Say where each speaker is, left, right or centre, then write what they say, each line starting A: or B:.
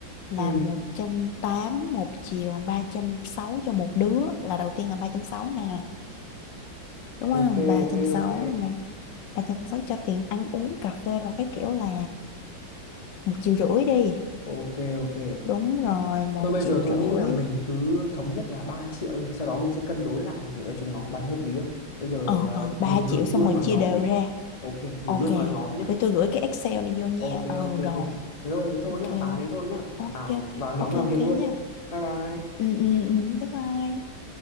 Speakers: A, on the left (about 75°); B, on the left (about 30°).
A: là
B: ừ
A: một trăm tám một triệu ba trăm sáu cho một đứa là đầu tiên là ba trăm sáu nè đúng không
B: ok
A: ba
B: ok
A: trăm sáu
B: ok
A: nè ba trăm sáu cho tiền ăn uống cà phê đồ cái kiểu là một triệu rưỡi đi
B: ok ok
A: đúng rồi một
B: Thôi bây
A: triệu
B: giờ tôi
A: rưỡi
B: nghĩ là mình cứ thống nhất là 3 triệu đi, sau đó mình sẽ cân đối lại và gửi cho chúng nó. Bà thấy hợp lý không? Bây giờ
A: ờ ờ
B: à, gửi
A: ba
B: gửi
A: triệu xong
B: luôn
A: rồi
B: vào
A: chia
B: nhóm
A: đều
B: đi.
A: ra
B: Ok, gửi
A: Ok,
B: luôn vào nhóm nhá.
A: để tôi gửi cái Excel này vô nha.
B: Ok
A: Ừ
B: ok
A: rồi.
B: ok. Thế thôi thế thôi
A: Ok.
B: nhá, bà đấy thôi nhá.
A: Ok
B: Vào
A: ok.
B: vào nhóm
A: Ok
B: làm
A: ok
B: việc luôn.
A: nha.
B: Bye bye.
A: Ừ ừ ừ. Bye bye.